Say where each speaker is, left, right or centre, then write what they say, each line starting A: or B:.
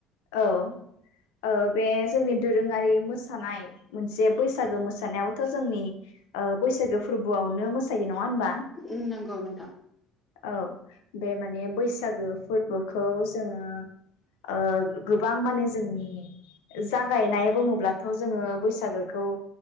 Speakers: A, on the left; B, on the left.
A: औ ओ बे जोंनि दोरोङारि मोसानाय मोनसे बैसागो मोसानायावथ' जोंनि ओ बैसागो फोरबोआवनो मोसायो नङा होनबा
B: उम नोंगौ नोंथां
A: औ बे माने बैसागो फोरबोखौ जोङो ओ गोबां माने जोंनि जागायनाय बुङोब्लाथ' जोङो बैसागोखौ